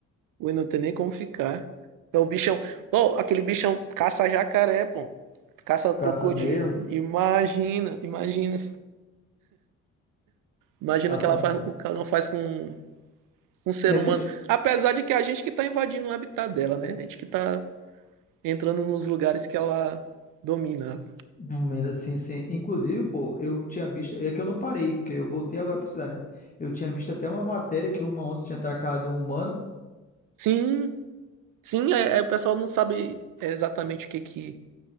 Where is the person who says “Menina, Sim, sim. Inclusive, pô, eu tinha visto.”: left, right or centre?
Left